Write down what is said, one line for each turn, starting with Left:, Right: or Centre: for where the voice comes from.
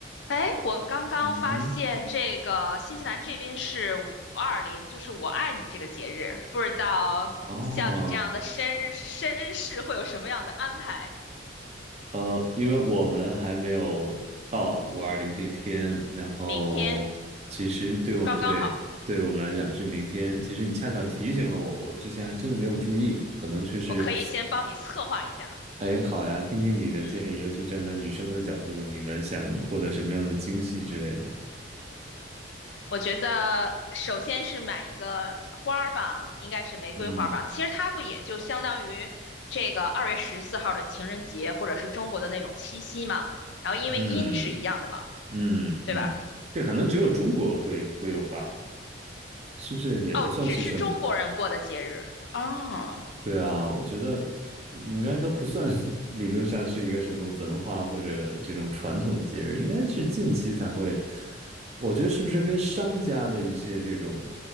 Left: 哎，我刚刚发现这个新西兰这边是五二零，
Right: 嗯哼，
Left: 就是我爱你这个节日，不知道像你这样的绅绅士会有什么样的安排？
Right: 哦，呃，因为我们还没有到五二零这天，然后其实对我对对我们来讲是明天。
Left: 明天刚刚好，
Right: 其实你恰巧提醒了我，我之前还真的没有注意，可能确实，
Left: 我可以先帮你策划一下。
Right: 哎，好呀，听听你的建议，
Left: 嗯，
Right: 尤其站在女生的角度，你们想获得什么样的惊喜之类的？
Left: 我觉得首先是买一个花儿吧，应该是玫瑰花儿吧。
Right: 嗯
Left: 其实它不也就相当于这个二月十四号的情人节，或者是中国的那种七夕嘛。然后因为音是一样的嘛，
Right: 嗯嗯嗯，
Left: 对吧？
Right: 这可能只有中国会会有吧？是不是也不算是什么？
Left: 哦，只是中国人过的节日啊，
Right: 对啊，我觉得应该都不算 <laughs> 理论上是一个什么文化或者这种传统的节日，应该是近期才会。我觉得是不是跟商家的一些这种